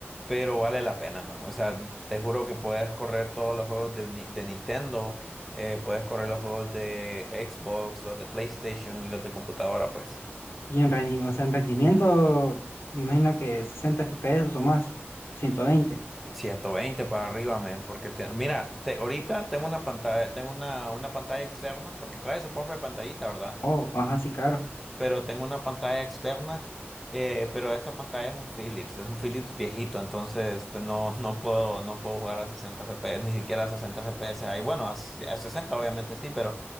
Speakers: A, in the centre; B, on the left (about 65°).
A: pero vale la pena, man. O sea, te juro que puedes correr todos los juegos de, Ni- de Nintendo, eh, puedes correr los juegos de Xbox, los de PlayStation y los de computadora, pues.
B: Y en rendimiento, o sea, en rendimiento, me imagino que 60 FPS o más, 120.
A: 120 para arriba, men, porque te- mira, te- ahorita tengo una pantalla, tengo una, una pantalla externa, porque trae su propia pantallita, ¿verdad?
B: Oh, ajá, sí, claro.
A: Pero tengo una pantalla externa, eh, pero esta pantalla es un Philips, es un Philips viejito, entonces pues, no, no puedo, no puedo jugar a 60 FPS, ni siquiera a 60 FPS ahí. Bueno, a, si, a 60 obviamente sí, pero